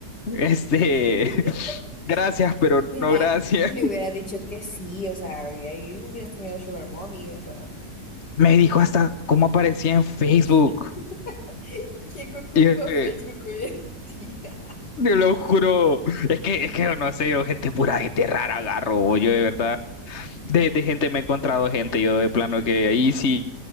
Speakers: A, on the left; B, on the left.
A: este,
B: <laughs>
A: <laughs> gracias, pero
B: Mira,
A: no gracias.
B: le hubiera dicho que sí, o sea, y ahí hubieras tenido Sugar Mommy, o sea.
A: Me dijo hasta cómo aparecía en Facebook.
B: <laughs> ¿Quién ocupa
A: Y yo, de,
B: Facebook hoy en día?
A: "Te lo juro, es que, es que yo no sé, yo gente pura, gente rara agarro, yo de verdad. De, de gente me he encontrado gente, yo de plano que ahí sí